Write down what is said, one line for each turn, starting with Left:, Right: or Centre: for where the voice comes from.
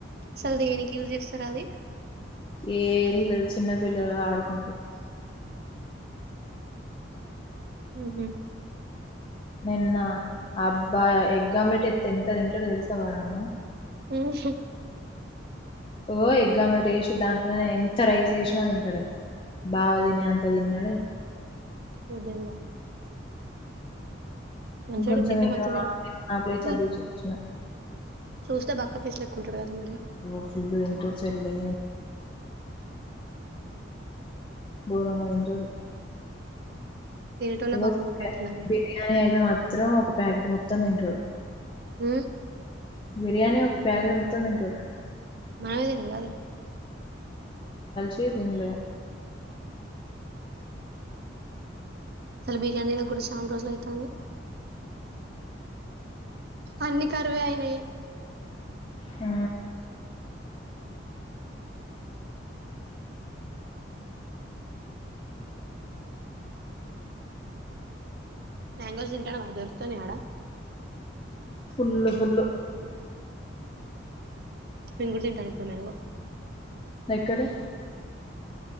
Right: అసలు దేనికి యూజ్ చేస్తారు అది
Left: ఏం లేదు చిన్న పిల్లలు ఆడుకుంటారు
Right: ఉహు
Left: నిన్న అబ్బాయి ఎగ్ ఆమ్లెట్ ఎత్తే ఎంత తింటడో తెలుసా వాడన్నం
Right: ఉహు
Left: ఓ ఎగ్ ఆమ్లెట్ వేసి దాంట్లోనే ఎంత రైస్ వేసినా తింటాడే బావ తినే అంత తిన్నాడే
Right: ఓ దేవుడా మంచోడే
Left: ఇంకొంచెం
Right: తింటే
Left: ఏమో
Right: మంచిదే
Left: ఆ ప్లేట్ల
Right: సు
Left: తీసి ఇచ్చిన
Right: చూస్తే బక్క పీస్ లెక్క కుంటడు కదా మరి.
Left: నా ఫిల్డు ఇంటర్ చెల్లె గోరంగా తింటడు
Right: తినేటోళ్ళే
Left: ఇగో
Right: బక్కగుంటట్టున్నరుగా.
Left: చెల్లె బిర్యానీ అయితే మాత్రం ఒక ప్యాకెట్ మొత్తం తింటా <unintelligible>
Right: ఊ
Left: బిర్యానీ ఒక ప్యాట్ మొత్తం తింటడు
Right: మవిదిిన కాదే
Left: ఎ తిన్లేదు
Right: అసలు బిర్యానీలో కూడా చాలా రోజులు అయితంది అన్ని కరివే అయినాయి
Left: ఆ
Right: మ్యాంగోస్ తింటాను వా దొరుకుతనే ఆడ
Left: కుుల్ హుల్లు
Right: నేను కూడా తింటాను ఇప్పుడు మ్యాంగో
Left: ఎక్కడె